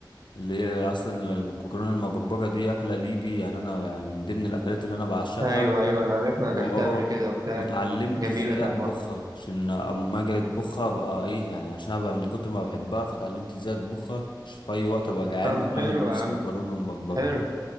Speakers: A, on the left; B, on the right.
A: اللي هي اصلا المكرونه المبكبجه دي اكله ليبي يعني انا يعني من ضمن الاكلات اللي انا بعشقها
B: ايوه ايوه انا عارفها
A: واه
B: اكلتها قبل كده وبتاع
A: واتعلمت
B: جميله
A: ازاي
B: طعمها
A: اطبخها عشان اما اجي اطبخها ابقى ايه يعني عشان ابقى من كتر ما بحبها فتعلمت ازاي اطبخها عشان في اي وقت ابقى جعان
B: طب
A: اعمل
B: حلو
A: لنفسي
B: يا عم
A: مكرونه ومبكبكه
B: حلو